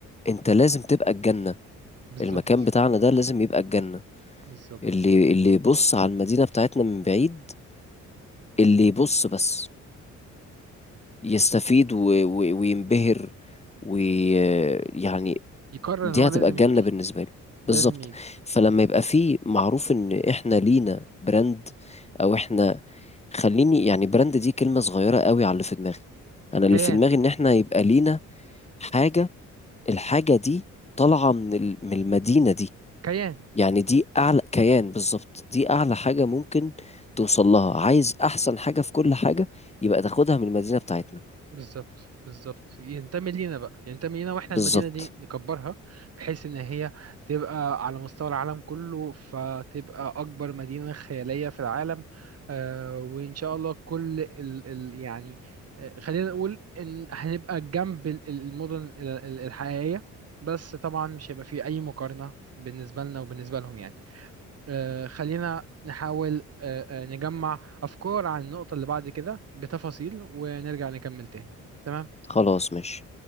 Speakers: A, on the left (about 20°); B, on the right (about 55°).
A: انت لازم تبقى الجنة
B: بالظبط
A: المكان بتاعنا ده لازم يبقى الجنة
B: بالظبط
A: اللي اللي يبص على المدينة بتاعتنا من بعيد اللي يبص بس يستفيد و... و... وينبهر ويعني
B: يقرر
A: دي
B: ان هو لازم
A: هتبقى الجنة
B: يجي
A: بالنسبة له بالظبط
B: لازم يجي
A: فلما يبقى فيه معروف ان احنا لينا براند او احنا خليني يعني براند دي كلمة صغيرة قوي على اللي في دماغي انا
B: كيان
A: اللي في دماغي ان احنا يبقى لينا حاجة الحاجة دي طالعة من ال- من المدينة دي
B: كيان
A: يعني دي اعلى كيان بالظبط دي اعلى حاجة ممكن توصل لها عايز احسن حاجة في كل حاجة يبقى تاخدها من المدينة بتاعتنا
B: بالظبط بالظبط ينتمي لينا بقى ينتمي لينا واحنا
A: بالظبط
B: المدينة دي نكبرها بحيث ان هي تبقى على مستوى العالم كله فتبقى اكبر مدينة خيالية في العالم آه وان شاء الله كل ال ال يعني آه خلينا نقول ان هنبقى جنب ال- ال- المدن ال- ال- الحقيقية بس طبعا مش هيبقى فيه اي مقارنة بالنسبة لنا وبالنسبة لهم يعني آه، خلينا نحاول آه، آه، نجمع أفكار عن النقطة اللي بعد كده بتفاصيل ونرجع نكمل تاني تمام
A: خلاص ماشي